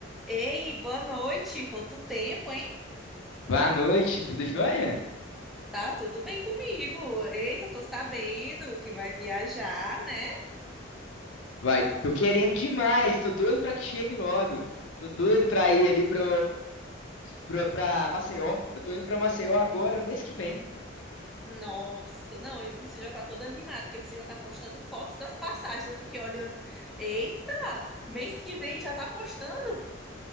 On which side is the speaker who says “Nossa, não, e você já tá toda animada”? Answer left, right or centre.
Centre